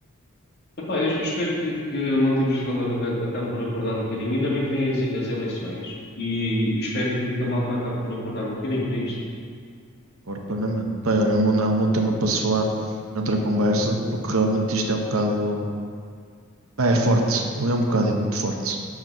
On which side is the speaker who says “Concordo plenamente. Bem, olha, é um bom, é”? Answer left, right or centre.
Right